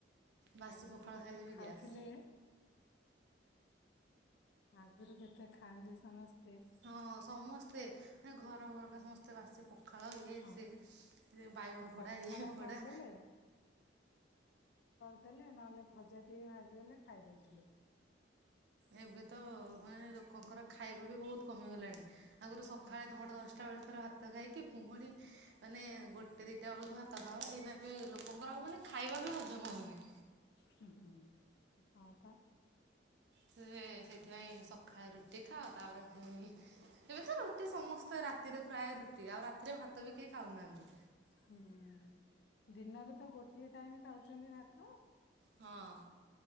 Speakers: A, on the right; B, on the left.
A: ବାସି
B: ଆଗରୁ
A: ପଖାଳ
B: କେତେ
A: ଖାଇଲେ ବି
B: ଖାଉଥିଲେ।
A: ଗ୍ୟାସ୍
B: ଆଗରୁ କେତେ ଖାଆନ୍ତି ସମସ୍ତେ।
A: ହଁ ସମସ୍ତେ ଘର <unintelligible> ତ ବାସି ପଖାଳ ଇଏ
B: ହଁ
A: ସିଏ ବାଇଗଣ
B: ପଖାଳ
A: ପୋଡା ଇଏ ପୋଡା।
B: କରିଦେଲେ ଦେଲେ ନା। ଲେ ଭଜା ଟିକେ ଭାଜିଗଲେ ଖାଇଦଉଛି। ଥିଲେ।
A: ଏବେ ତ ମାନେ ଲୋକଙ୍କର ଖାଇବା ବି ବହୁତ କମିଗଲାଣି। ଆଗରୁ ସକାଳେ
B: ହୁଁ
A: ନଅଟା ଦଶଟା ବେଳେ ଥର ଭାତ ଖାଇକି ପୁଣି ମାନେ ଗୋଟେ ଦିଟା କେତେବେେଳକୁ ହାତ ଖାଅ ଏଇନାକେଇ ଲୋକଙ୍କର ହବନି ଖାଇବା ବି ହଜମ ହଉନି।
B: ହୁଁ ହୁଁ ହଁ ପା।
A: ସେ ସେଇଥିପାଇଁ ସକାଳେ ରୁଟି ଖାଅ ତାପରେ ଫୁଣି ଏବେ ତ ରୁଟି ସମସ୍ତେ ରାତିରେ ପ୍ରାୟ ରୁଟି ଆଉ ରାତିରେ ଭାତ ବି କେହି ଖାଉନାହାନ୍ତି।
B: ହୁଁ। ଦିନରେ ତ ଗୋଟିଏ ଟାଇମ ଖାଉଛନ୍ତି ଭାତ।
A: ହଁ।